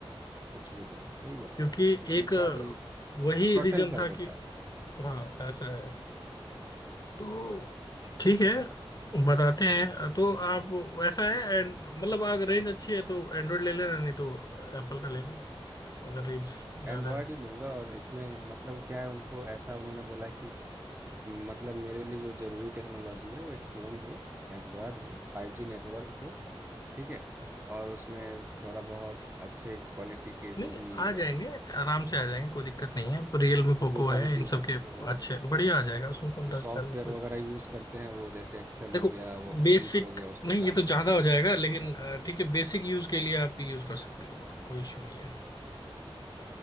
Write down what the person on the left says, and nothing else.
क्योंकि
एक
अ, वही
रीजन
था कि
हाँ ऐसा है तो ठीक है बताते हैं तो आप ऐसा है and- मतलब अगर रेंज अच्छी है तो एंड्रॉइड ले लेना नहीं तो एप्पल का ले लो अगर रेंज ज्यादा
है तो
नहीं
आ जाएंगे आराम से आ जाएंगे कोई दिक्कत नहीं है रियल में पोको
है इन सब
के
अच्छे बढ़िया
आ जाएगा उसमें
दस
हजार में कोई
देखो
बेसिक
नहीं
ये तो
ज्यादा
हो जाएगा लेकिन
अ, ठीक है बेसिक यूज के लिए आप यूज कर सकते हो उनको कोई इशू नहीं है